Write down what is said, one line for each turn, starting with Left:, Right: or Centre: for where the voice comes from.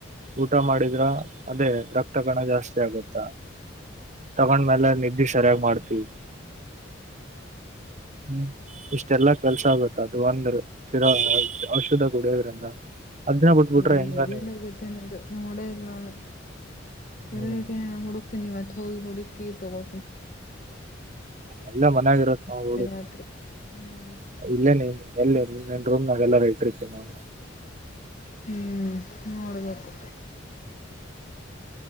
Right: ಊಟ ಮಾಡಿದ್ರ ಅದೇ ರಕ್ತ ಕಣ ಜಾಸ್ತಿ ಆಗುತ್ತಾ ತಗೊಂಡ್ಮ್ಯಲೆ ನಿದ್ದ್ರ ಸರಿಯಾಗಿ ಮಾಡ್ತೀವಿ ಹ್ಮ್ ಷ್ಟಲ್ಲಾ ಕೆಲ್ಸ ಆಗುತ್ತೆ ಅದು ಒಂದ ಶರ ಔಷಧ ಕುಡಿಯೋದ್ರಿಂದ ಅದ್ನ ಬಿಟ್ಬಿಟ್ರೆ
Left: ಹಏ
Right: ಹೆಂಗ
Left: ಎಲ್ಲೋಗ್ಯತನೆದು
Right: ನೀ
Left: ನೋಡ ಎಲ್ಲಾನ
Right: ಹ್ಮ್
Left: ಎಲ್ಲ ಹುಡುಕ್ತೀನಿ ಮತ್ತೆ ಹೋಗಿ ಹುಡುಕಿ ತಗೋ
Right: ಎಲ್ಲ ಮನ್ಯಾಗ ಇರತ್ ನಾವು ನೋಡಕ್ಕು
Left: ರಾತ್ರಿ ಹ್ಮ್
Right: ಇಲ್ಲೇನೆ ಎಲ್ಲಿ ಇರಿಲ್ಲ ರೂ ನಲ್ಲ ರ ಇಟ್್ರತೀನೋ್ರ
Left: ಹ್ಮ್ ನೋಡ್ಬೇಕು